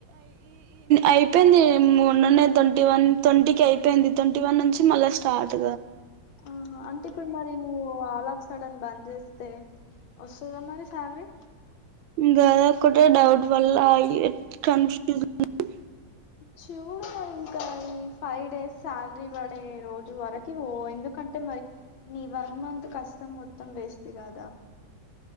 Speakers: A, on the right; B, on the left.
A: అయిపోయింది మొన్ననే ట్వంటీ వన్ ట్వంటీకి అయిపోయింది ట్వంటీ వన్ నుంచి మళ్ళీ స్టార్ట్
B: ఆహ అంటే మరి నువ్వు హలా సడన్ బంద్ చేస్తే వస్తదా మరి ఫ్యామిలీ
A: కాద ఒకటే డౌట్ వల్ల అయి కన్ఫ్యూజన్
B: ష్యూర్ గా ఇంకా ఈ ఫైవ్ డేస్ శాలరీ పడే రోజు వరకు ఓ ఎందుకంటే మరి నీ వన్ మంత్ కష్టం మొత్తం వేస్ట్ కాదా